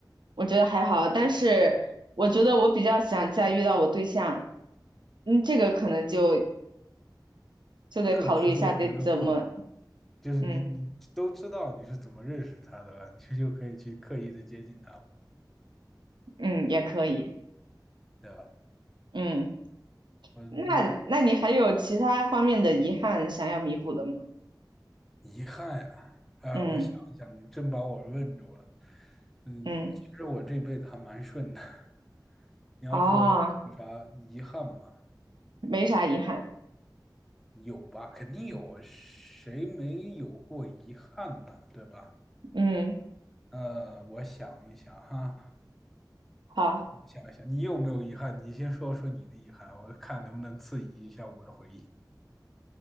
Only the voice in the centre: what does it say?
这个其实我觉得不难，就是你你都知道你是怎么认识他的了，
你就可以去刻意的接近他嘛，
对吧？
嗯嗯，
遗憾呀，啊，
我想一想，你真把我问住了。嗯，
其实我这辈子还蛮顺的。<laughs> 你要说有啥遗憾吗？
有吧，肯定有，谁没有过遗憾呢？对吧？
呃，我想一想哈，
我想一想，你有没有遗憾？你先说说你的遗憾，我看能不能刺激一下我的回忆。